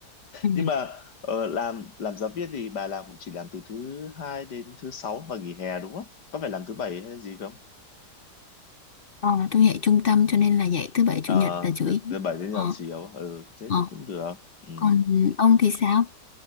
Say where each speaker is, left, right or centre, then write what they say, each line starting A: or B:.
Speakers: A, on the left; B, on the left.
A: ừ,
B: Nhưng mà ờ, làm làm giáo viên thì bà làm cũng chỉ làm từ thứ hai đến thứ sáu và nghỉ hè đúng không? Có phải làm thứ bảy hay là gì không?
A: ờ, tôi dạy trung tâm cho nên là dạy thứ bảy
B: Ờ,
A: chủ nhật là chủ yếu.
B: thứ bảy đến
A: Ờ,
B: giờ chiều, ừ, thế
A: ờ.
B: thì cũng được. Ừ.
A: Còn ông thì sao?